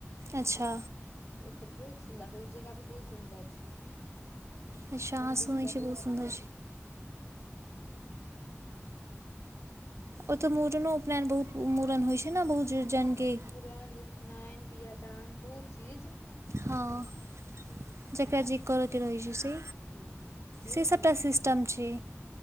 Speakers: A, on the right; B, on the left.
A: अच्छा।
B: ओ तऽ बहुत सुन्दर छै ओ जगह भी बहुत सुन्दर छै
A: अच्छा अहाँ
B: मन्दिर
A: सुनै
B: सब
A: छियै
B: बहुत
A: सुन्दर
B: छै।
A: ओतऽ मूड़नो उपनयन बहुत मूड़न होइ छै ने बहुत।
B: हूं
A: जनके
B: मुड़न उपनयन बियाह दान बहुत। चीज
A: हँ जेकरा जे करय के रहै छै से।
B: हूँ बहुत
A: से सभटा
B: नीक
A: सिस्टम
B: भेल
A: छै